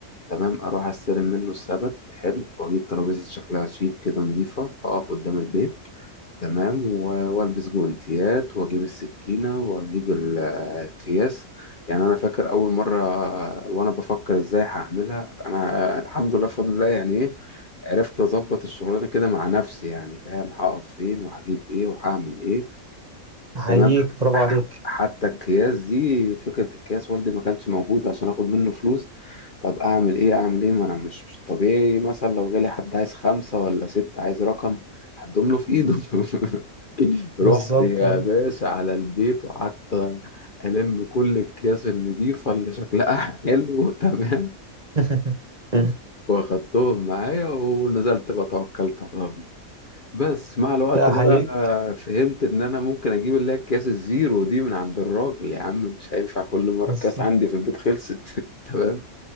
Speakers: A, on the left; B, on the right.
A: تمام أروح أستلم منه السبت حلو وأجيب ترابيزة شكلها شيك كده نظيفة أقف قدام البيت تمام و- والبس جوانتيات واجيب السكينه واجيب ال- الاكياس يعني انا فاكر اول مره وانا بفكر ازاي هعملها انا الحمد لله بفضل الله يعني ايه عرفت اظبط الشغلانه كده مع نفسي يعني فاهم هقف فين وهجيب ايه وهعمل ايه
B: احييك
A: تمام
B: برافو
A: ح-
B: عليك
A: حتى الكياس دي فكره الكياس والدي ما كانش موجود عشان اخد منه فلوس طب اعمل ايه اعمل ايه ما انا مش مش طبيعي مثلا لو جالي حد عايز خمسه ولا ست عايز رقم هدوم له في ايده <laughs> رحت
B: بالظبط
A: يا
B: اه
A: باشا على البيت وقعدت ألم كل الأكياس النضيفة اللي شكلها <laughs> حلو تمام
B: <laughs>
A: واخدتهم معايا ونزلت بقى توكلت على الله بس مع الوقت
B: لا احييك
A: بقى فهمت إن أنا ممكن أجيب اللي هي الأكياس الزيرو دي من عند الراجل يا عم مش هينفع كل مرة
B: بالظبط
A: الكاس عندي في البيت خلصت <laughs> تمام